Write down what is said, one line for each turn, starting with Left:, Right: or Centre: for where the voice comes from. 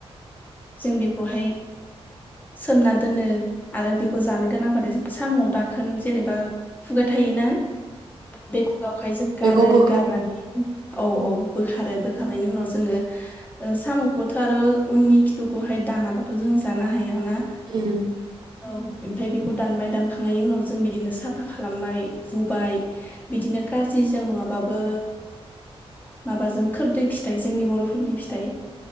Left: जों बेखौहाय सोमना दोनो आरो बेखौ जानो गोनांबाथाय जों साम' दाखोन जेनेबा खुगा थायोना बे खुगायावहाय जों
Right: बेखौ
Left: गारो
Right: बोखारो
Left: गारनानै औ औ बोखारो बोखारनायनि उनाव जोङो ओ साम'खौथ' आरो उननि खिथुखौहाय दानाबाथ' जों जानो हायाना
Right: उम
Left: औ ओमफाय बेखौ दानबाय दानखांनायनि उनाव जों बिदिनो साफा खालामबाय हुबाय बि दिनो काजिजों नङाबाबो माबाजों खोरदै फिथाइ जोंनि बर'फोरनि फिथाइ।